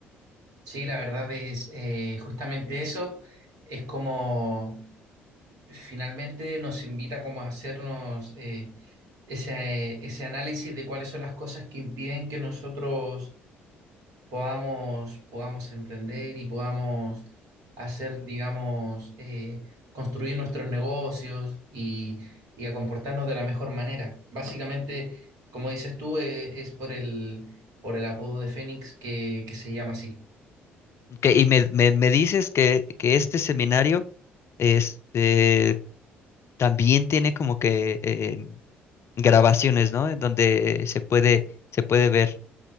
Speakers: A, on the right (about 60°); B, on the left (about 40°).
A: Sí, la verdad es eh, justamente eso, es como finalmente nos invita como a hacernos eh, ese, ese análisis de cuáles son las cosas que impiden que nosotros podamos, podamos emprender y podamos hacer, digamos, eh, construir nuestros negocios y, y a comportarnos de la mejor manera. Básicamente, como dices tú, eh, es por el, por el apodo de Fénix que, que se llama así.
B: Ok y me, me, me dices que, que este seminario este, también tiene como que eh, grabaciones, ¿no? En donde se puede, se puede ver,